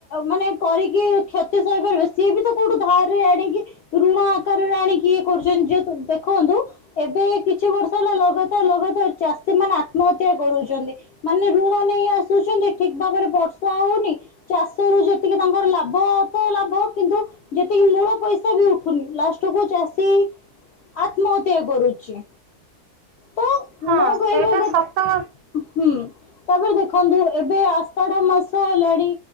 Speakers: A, on the left; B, on the right.
A: ମାନେ କରିକି କ୍ଷତି ସହିପାରିବେ ସିଏ ବି ତ କୋଉଠୁ ଧାରରେ ଆଣିକି ଋଣ ରାଣୀ କିଏ କରୁଛନ୍ତି ଯେହେତୁ ଦେଖନ୍ତୁ ଏବେ କିଛି ବର୍ଷ ହେଲା ଲଗାତାର ଲଗାତାର ଚାଷୀ ମାନେ ଆତ୍ମହତ୍ୟା କରୁଛନ୍ତି। ମାନେ ଋଣ ନେଇ ଆସୁଛନ୍ତି ଠିକ ଭାବରେ ବର୍ଷା ହଉନି ଚାଷ ରୁ ଯେତିକି ତାଙ୍କର ଲାଭ ତ ଲାଭ କିନ୍ତୁ ଯେତିକି ମୂଳ ପଇସା ବି ଉଠୁନି ଲାଷ୍ଟକୁୁ ଚାଷ ଆତ୍ମହତ୍ୟା କରୁଛି। ତ
B: ହଁ
A: ମୁଁ କହିବା
B: ସେଇଟା
A: କଥା
B: ସତ
A: ହୁଁ। ତାପରେ ଦେଖନ୍ତୁ ଏବେ ଆଷାଢ ମାସ ହେଲାଣି